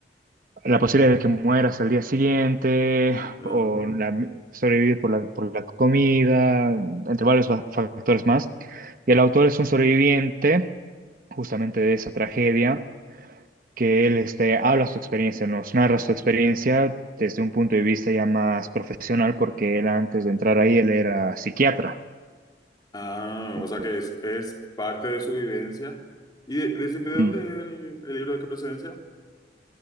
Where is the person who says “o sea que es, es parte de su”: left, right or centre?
Left